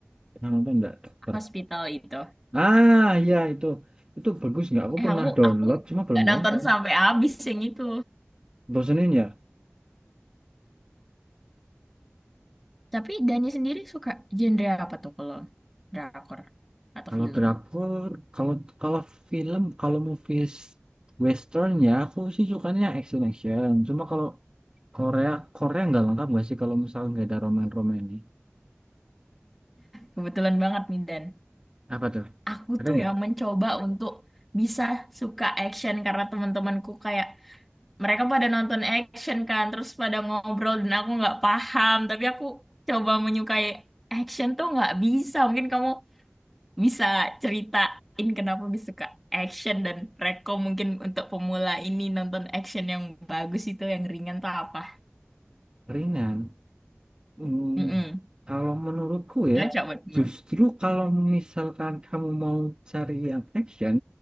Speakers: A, on the right (about 20°); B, in the centre.
A: Yang nonton nggak dokter?
B: hospital itu
A: Ah ya itu itu bagus nggak? Aku
B: eh
A: pernah
B: aku
A: download
B: aku
A: cuma belum
B: nggak nonton
A: nonton.
B: sampai habis yang itu
A: Bosenin ya?
B: tapi Dani sendiri suka genre apa tuh kalau drakor atau
A: Kalau
B: film
A: drakor, kalau kalau film, kalau movies western ya aku sih sukanya action action. Cuma kalau Korea, Korea nggak lengkap nggak sih kalau misalnya nggak ada roman-roman ini?
B: kebetulan banget nih Dan
A: Apa tuh?
B: aku
A: Ada
B: tuh
A: nggak?
B: ya mencoba untuk bisa suka action karena teman-temanku kayak mereka pada nonton action kan terus pada ngobrol dan aku nggak paham tapi aku coba menyukai action tuh nggak bisa mungkin kamu bisa ceritain kenapa bisa suka action dan rekom mungkin untuk pemula ini nonton action yang bagus itu yang ringan tuh apa
A: Ringan. Hmm,
B: Mm-mm.
A: kalau menurutku ya,
B: cocok buat pemula
A: justru kalau misalkan kamu mau cari yang action,